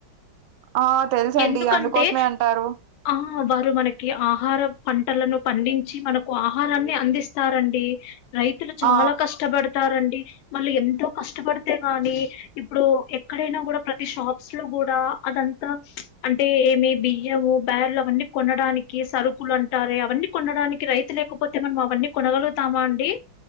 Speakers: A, on the right; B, on the left.
A: ఆ తెలుసండి
B: ఎందుకంటే
A: అందుకోసమే అంటారు
B: హా వారు మనకి ఆహారం పంటలను పండించి మనకు ఆహారాన్ని అందిస్తారండి. రైతులు చాలా
A: ఆ
B: కష్టపడ్ తారండి. మళ్ళీ ఎంతో కష్టపడితే గాని ఇప్పుడు ఎక్కడైనా గూడా ప్రతి షాప్స్ లో గ్ గూడా అదంతా ప్చ్ అంటే ఏమి బియ్యము, బేర్లు అవన్నీ కొనడానికి, సరుకులు అంటారు అవన్నీ కొనడానికి రైత్ రైతు లేకపోతే మనం అవన్నీ కొనగలుగుతామా అండి.